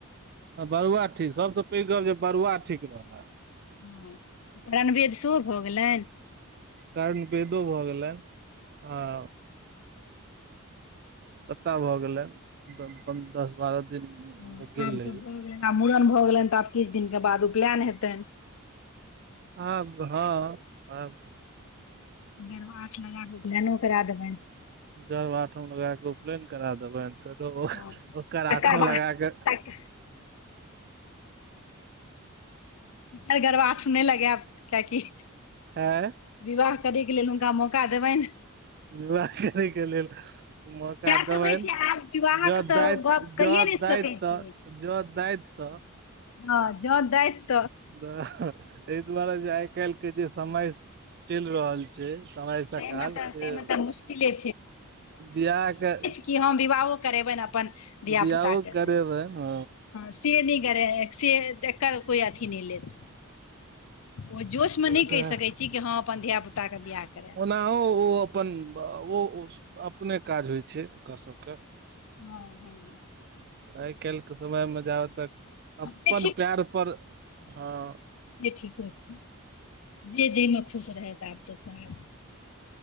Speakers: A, on the right; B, on the left.
A: अ बरुआ ठीक सभ स पैघ गप जे बरुआ ठीक रहला।
B: ओ उपनेनवेद सेहो भऽ गेलैन?
A: कर्णवेदो भऽ गेलैन। आव सबटा भऽ गेलैन। द पन दस बारह दिन
B: हँ
A: ले गेल
B: आब
A: रही।
B: तऽ भऽ गेलनि आब मूड़न भऽ गेलनि तऽ आब किछ दिन के बाद उपलैन हेतैन।
A: आब हँ आब
B: गेरूआ आंच लगाक उपलेनो करा देबनि।
A: गर्भआठम लगा के उपलेन करा देबैन। फेर <unintelligible>
B: हँ
A: ओकर आठम
B: तकर बाद
A: लगाक
B: तक अइ गरबा आठ नै लगेब, त कि
A: आँय
B: विवाह करैक लेल हुनका मौका देबैन्ह।
A: विवाह करै के लेल मौका
B: सएह
A: देबैन
B: तऽ होइ छै आब विवाहक
A: ज
B: तऽ
A: दैथ
B: गप
A: ज
B: कहिए नहि
A: दाइत
B: सकै छियै
A: त ज दाइत त
B: हँ जँ दैत।
A: वेऽ ह अइ दुआरे जे आय कालि के जे समय चलि रहल से समय सकाल
B: ताहिमे तऽ
A: से
B: ताहिमे तऽ मुश्किले
A: बियाह के
B: की हम विवाहो करेबनि अपन धिया
A: बियाहो
B: पुताके
A: करेबै
B: से।
A: ह
B: से नै करे से जेकर कोई अथी नै लेत। ओय जोश में नैय
A: सएह
B: कहि सकैत छी कि हँ अपन धिया पुताके बियाह करेब।
A: नाओ अपन अ ओ ओस अपने काज होय छैय ओकर सबके।
B: हँ हँ
A: आइ काइलके समयमे जाबेत तक
B: हँ,
A: अपन
B: से
A: पैर पर हँ
B: जे ठीको छै जे जैमे खुश रहैथ आबत सैहै